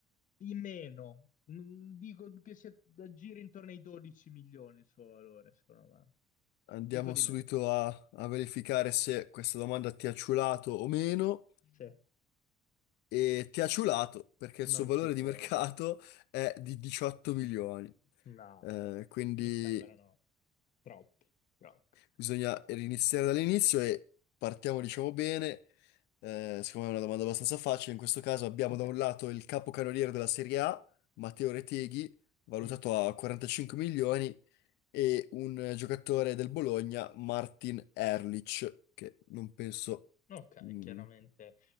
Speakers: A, on the left; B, on the left.
A: di meno, Mm, dico che si aggira intorno ai 12 milioni il suo valore, secondo me.
B: Andiamo
A: Dico di
B: subito
A: meno.
B: a, a verificare se questa domanda ti ha ciulato o meno.
A: Sì,
B: E ti ha ciulato perché
A: non
B: il suo valore
A: ci credo.
B: di mercato è di 18 milioni.
A: No,
B: Eh, quindi
A: mi sembrano troppi, troppi.
B: bisogna riniziare dall'inizio e partiamo, diciamo, bene. Eh, secondo me è una domanda abbastanza facile. In questo caso abbiamo
A: Ok.
B: da un lato il capocannoniere della Serie A, Matteo Reteghi, valutato
A: Mm.
B: a 45 milioni, e un eh, giocatore del Bologna, Martin Erlich, che non penso
A: Ok,
B: mm,
A: chiaramente